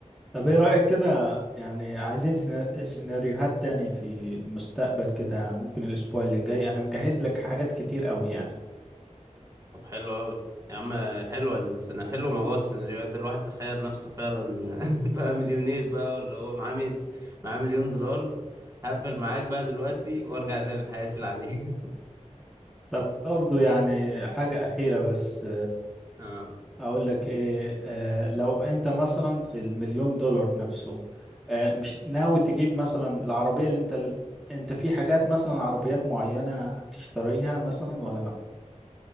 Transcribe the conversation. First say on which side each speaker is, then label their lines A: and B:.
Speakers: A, in the centre; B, on the right (about 25°).
A: طب ايه رأيك كده يعني عايزين سينا- سيناريوهات تاني في المستقبل كده ممكن الاسبوع اللي جاي انا مجهز لك حاجات كتير قوي يعني
B: طب حلو قوي يا عم حلوه السنة حلو موضوع السيناريوهات ده الواحد تخيل نفسه فعلا <laughs> بقى مليونير بقى واللي هو معاه مية معاه مليون دولار هقفل معاك بقى دلوقتي وارجع تاني لحياتي العادية
A: طب برضو يعني حاجة أخيرة بس
B: <laughs> اه
A: اقول لك ايه آه لو انت مثلا في المليون دولار نفسه آه مش ناوي تجيب مثلا العربية اللي انت ال... انت في حاجات مثلا عربيات معينة هتشتريها مثلا ولا لا